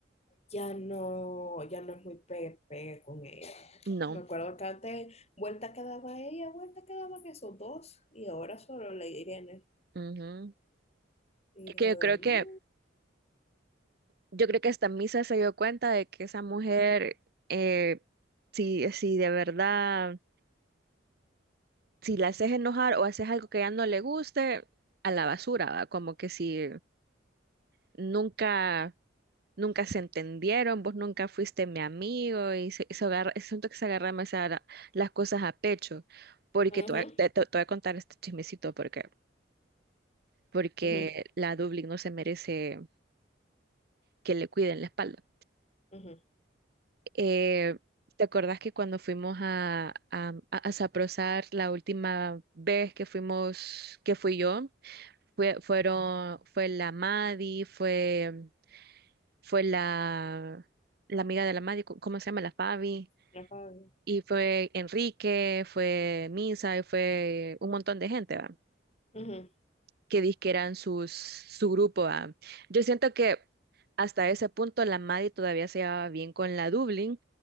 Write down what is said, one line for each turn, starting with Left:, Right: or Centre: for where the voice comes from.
Left: ya no, ya no es muy pegue, pegue con ella.
Right: no.
Left: Me acuerdo que antes vuelta que daba ella, vuelta que daban esos dos, y ahora solo la Irene.
Right: ujú.
Left: Y
Right: Es que
Left: yo
Right: yo
Left: de
Right: creo
Left: mm,
Right: que, yo creo que hasta Misa se dio cuenta de que esa mujer, eh, si, si de verdad, si la haces enojar o haces algo que ya no le guste, a la basura, ¿va? Como que si nunca, nunca se entendieron, vos nunca fuiste mi amigo y se, se agarra, siento que se agarra demasiado la- las cosas a pecho porque
Left: ujú,
Right: te voy a, te- te- te voy a contar este chismecito, porque porque
Left: ujú,
Right: la Dublín no se merece que le cuiden la espalda.
Left: ujú,
Right: Eh, ¿te acordás que cuando fuimos a, a, a Saprosar la última vez que fuimos, que fui yo, fue, fueron, fue la Madi, fue, fue la, la amiga de la Madi, co- ¿cómo se llama? La Fabi.
Left: la Fabi,
Right: Y fue Enrique, fue Misa, y fue un montón de gente, ¿va?
Left: ujú,
Right: que dizque eran sus, su grupo. ah. Yo siento que hasta ese punto la Maddie todavía se llevaba bien con la Dublin